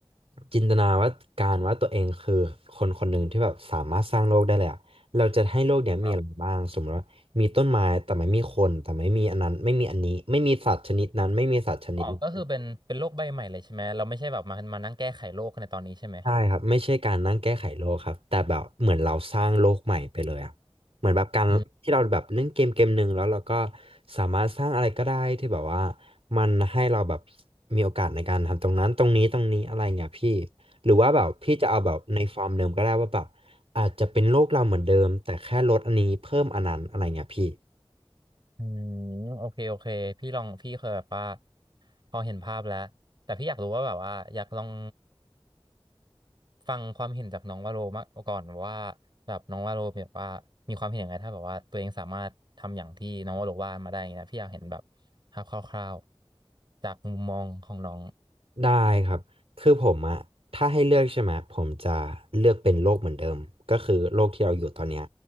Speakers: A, on the right (about 80°); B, on the right (about 50°).
A: จินตนาว่าการว่าตัวเองคือคนคนหนึ่งที่แบบสามารถสร้างโลกได้เลยอะเราจะให้โลกเนี้ยมีอะไรบ้างสมมติว่ามีต้นไม้แต่ไม่มีคนแต่ไม่มีอันนั้นไม่มีอันนี้ไม่มีสัตว์ชนิดนั้นไม่มีสัตว์ชนิดนี้
B: ครับอ๋อก็คือเป็นเป็นโลกใบใหม่เลยใช่ไหมเราไม่ใช่แบบมามานั่งแก้ไขโลกในตอนนี้ใช่ไหม
A: ใช่ครับไม่ใช่การนั่งแก้ไขโลกครับแต่แบบเหมือนเราสร้างโลกใหม่ไปเลยอ่ะเหมือนแบบการที่เราแบบเล่นเกมเกมหนึ่งแล้วเราก็
B: อืม
A: สามารถสร้างอะไรก็ได้ที่แบบว่ามันให้เราแบบมีโอกาสในการทำตรงนั้นตรงนี้ตรงนี้อะไรเงี้ยพี่หรือว่าแบบพี่จะเอาแบบในฟอร์มเดิมก็ได้ว่าแบบอาจจะเป็นโลกเราเหมือนเดิมแต่แค่ลดอันนี้เพิ่มอันนั้นอะไรเงี้ยพี่
B: อืมโอเคโอเคพี่ลองพี่เคยแบบว่าพอเห็นภาพแล้วแต่พี่อยากรู้ว่าแบบว่าอยากลอง ฟังความเห็นจากน้องวาโรมาก่อนว่าแบบน้องวาโรแบบว่ามีความเห็นยังไงถ้าแบบว่าตัวเองสามารถทำอย่างที่น้องวาโรว่ามาได้อย่างเงี้ยนะพี่อยากเห็นแบบภาพคร่าวๆจากมุมมองของน้อง
A: ได้ครับคือผมอะถ้าให้เลือกใช่ไหมผมจะเลือกเป็นโลกเหมือนเดิมก็คือโลกที่เราอยู่ตอนเนี้ย